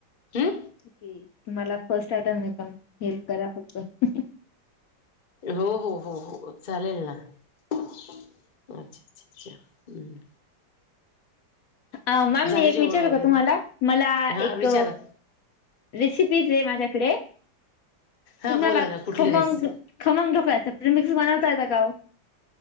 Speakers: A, on the left; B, on the left.
A: ह्
B: ठीक तुम्हाला फर्स्ट आयटम मेकअप हेल्प करा फडत
A: हो हो हो हो चालेल ना अच्छा अच्छा अच्छा ह्
B: अ मॅम
A: झालं
B: मी एक
A: जेवण
B: विचारू
A: वगैरे
B: का तुम्हाला मला
A: हा
B: एक
A: विचारा
B: रेसिपी र आहे माझ्याकडे
A: हा
B: तुम्हाला
A: बोला ना कुठली
B: खमंग
A: रेस
B: खमम ठोकायचं प्रमिक्स बनवता यय का गाव